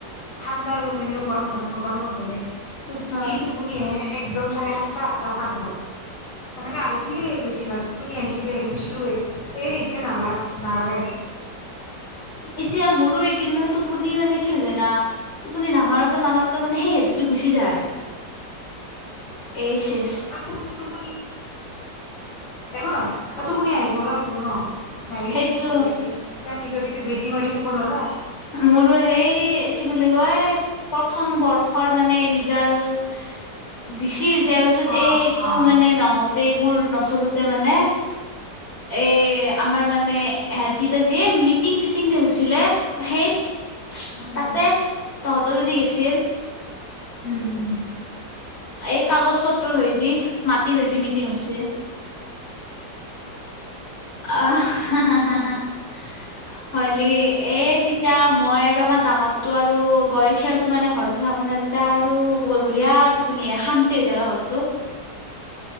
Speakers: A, on the left; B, on the left.
A: ঠাণ্ডা ৰুম, এনেও গৰম ধ গৰম নধৰে। তাৰ পিছত
B: অ
A: যি তুপনি আহে এ একদম চাৰে সাতটা, আঠটা সাত বাৰ, সেনেকে আহিছিলে বেছিভাগ টোপনি আহিছিলে শুইছিলো এ এতিয়া নালা-নালাগা হৈছিল।
B: এতিয়া মোৰো এইকেইদিন মানে টোপনি মানে কি হৈ হৈ যায় না, টোপনি নামাৰোতে নামাৰোতে মানে সেই হেবিতটো গুচি যায়। এই চেচ
A: অ', আৰু তুপনি তুপুনি একো নহয়, তুপুনি আহিব হব নহ, নাহিলি
B: সেইটো
A: কেনকে হবি আৰু তা নিজকে যিমাৰ ক নব <unintelligible>
B: মোৰো সেই কি বুলি কয়, প্ৰথম বৰ্ষৰ মানে ৰিজাল্ট দিছিল। দিয়াৰ পিছত
A: অ
B: এই এইটো
A: অ
B: মানে নহত সেইবোৰ নচলোতে মানে এ, আমাৰ মানে এহাত কেইটা যে মিটিং চিটিং যে হৈছিলে। সেই <unintelligible>
A: উম
B: তাতে, তহঁতৰ জি <unintelligible> ছিল।
A: উম, হম।
B: এই কাগজ পত্ৰৰ যি মাটিৰ হৈ, যি মিটিং হৈছে। আহ, হ-হ-হলে এই তেতয়া মই আৰু <unintelligible> আৰু আমাৰ ডাঙৰটো আৰু বয়সিয়ালটো মানে ঘৰতে থাকো ন, তেতিয়া আৰু বঢ়িয়া টোপনি শান্তি হৈ থাকে ঘৰটো।